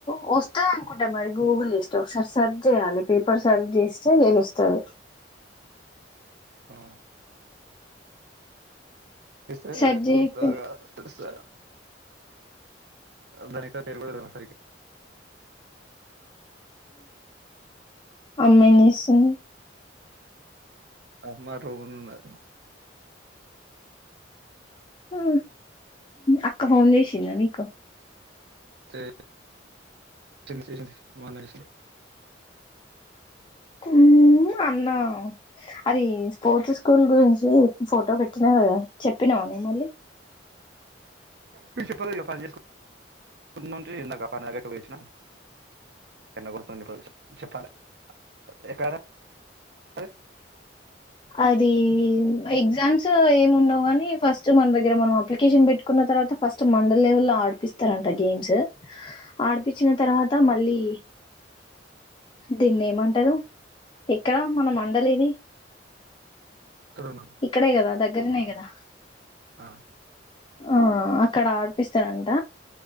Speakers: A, on the left; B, on the right.
A: వాసదనుకుంటా మర్ గూగుల్ ఇస్టో ఒకసార్ సర్జ్ జేయాలే పేపర్ సర్చ్ జేస్తే దెలుసది.
B: హావా ఇసే
A: సెర్చ్ చేయకపోయినా
B: అబ్దా దిర్సె మనిద్దరం పేరు పెడందామా సరికి
A: అమ్మేజేసుంది.
B: అమ్మరు ఉన్నద్
A: ఆ అక్క ఫోన్ చేసిందా నీ?
B: చే చేసింది మొన్న చేసింది
A: ఉమ్ అన్నా అది స్పోర్ట్స్ స్కూల్ గురించి ఫోటో పెట్టిన గద చెప్పినవా? ఏ మళ్ళీ
B: మీ చెప్పాలి కదా <unintelligible> నుంచి ఇందక పని ఆడదాకా పోయి అచ్చినా. ఎండ కొడతాంది చెప్పాలే ఎక్కడ స
A: అది ఎగ్జామ్స్ ఏమి ఉండవు గని, ఫస్ట్ మన దగ్గర మనం అప్లికేషన్ పెట్టుకున్న తర్వాత ఫస్ట్ మండల్ లెవెల్ లో ఆడిపిస్తరంట గేమ్స్, ఆడిపిచ్చిన తర్వా త మళ్ళీ దీన్ని ఏమంటారు? ఎక్కడ మన మండలి ఇది?
B: చూడండి.
A: ఇక్కడే కదా దగ్గరనే కదా.
B: ఆ
A: ఆ అక్కడ ఆడిపిస్తరంట